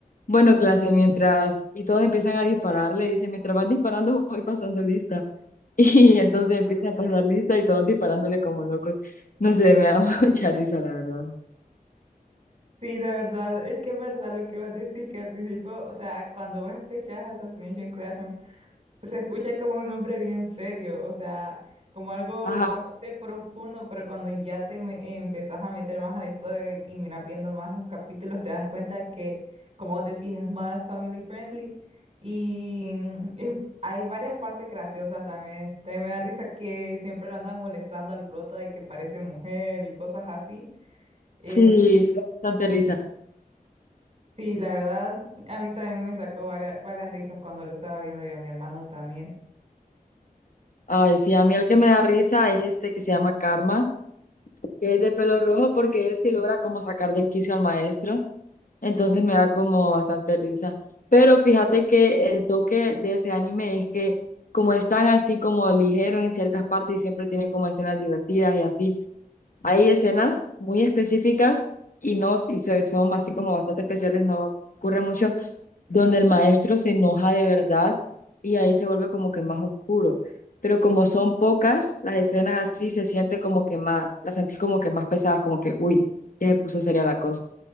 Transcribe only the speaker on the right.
Sí, la verdad, es que es verdad lo que vos decís, que al principio, o sea, cuando vos escuchás Assassination Classroom se escucha como un hombre bien serio, o sea, como algo
bastante profundo, pero cuando ya te me- empezás a meter más a la historia y, y miras viendo más los capítulos, te das cuenta que, como vos decís, es más family friendly y, eh, hay varias partes graciosas también. También me da risa que siempre lo andan molestando al prota de que parece mujer y cosas así. Eh,
sí, la verdad, a mí también me sacó varias, varias risas cuando lo estaba viendo y a mi hermano también.